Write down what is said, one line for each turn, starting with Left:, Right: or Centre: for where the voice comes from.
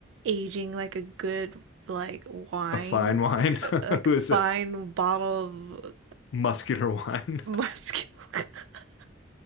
Right: aging like a good like wine,
Left: a fine wine.
Right: like
Left: <laughs>
Right: a, like
Left: Who
Right: fine
Left: is this?
Right: bottle of
Left: Muscular wine.
Right: muscular <laughs>